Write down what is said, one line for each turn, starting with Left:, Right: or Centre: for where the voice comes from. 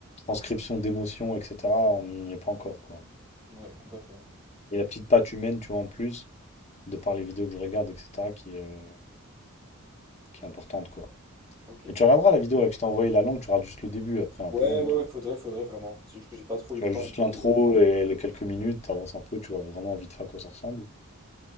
Left: transcription d'émotion, etc. On n'y est pas encore, quoi.
Right: Ouais, complètement.
Left: Et la petite patte humaine, tu vois, en plus, de par les vidéos que je regarde, etc., qui est, euh, qui est importante, quoi.
Right: Ok.
Left: Mais tu
Right: Ouais,
Left: regarderas la vidéo là, que je t'ai envoyée, la longue, tu regardes juste le début, après un
Right: ouais,
Left: peu longue.
Right: ouais, ouais, faudrait, faudrait vraiment. C'est juste que j'ai pas trop
Left: Tu
Right: eu le
Left: vois,
Right: temps
Left: juste
Right: et tout
Left: l'intro
Right: de.
Left: et les quelques minutes, t'avances un peu, tu vois vraiment vite fait à quoi ça ressemble.